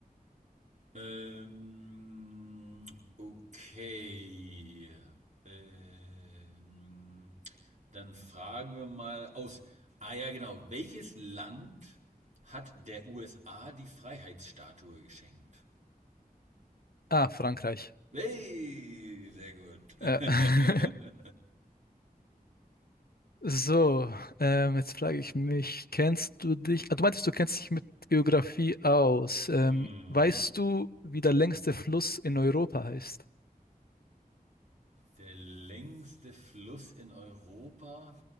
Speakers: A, on the right; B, on the left.
A: Ähm, okay. Ähm, dann fragen wir mal aus. Ah ja, genau. Welches Land hat der USA die Freiheitsstatue geschenkt?
B: Ah, Frankreich.
A: Hey, sehr gut. <laughs>
B: Ja. <laughs> So, ähm, jetzt frage ich mich, kennst du dich, ah, du meintest, du kennst dich mit Geografie aus. Ähm,
A: mhm.
B: weißt du, wie der längste Fluss in Europa heißt?
A: Der längste Fluss in Europa